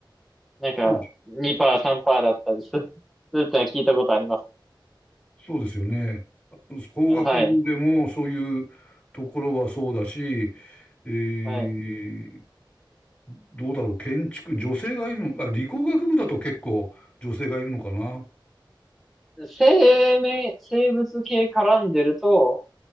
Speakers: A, in the centre; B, on the left.
A: なんか2%、
B: そうです、
A: 3%だったりする、するってのは聞いたことあります。
B: そうですよね。工学部でもそういうところはそうだし、
A: あはい。
B: えー
A: はい。
B: どうだろう、建築、女性がいるのか、理工学部だと結構女性がいるのかな。
A: 生命、生物系絡んでると、